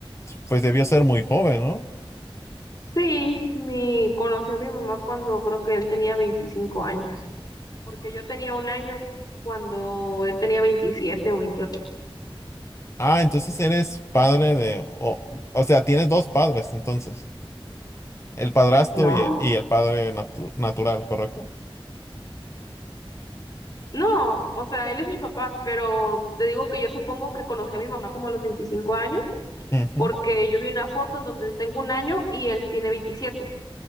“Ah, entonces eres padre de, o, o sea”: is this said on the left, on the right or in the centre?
Left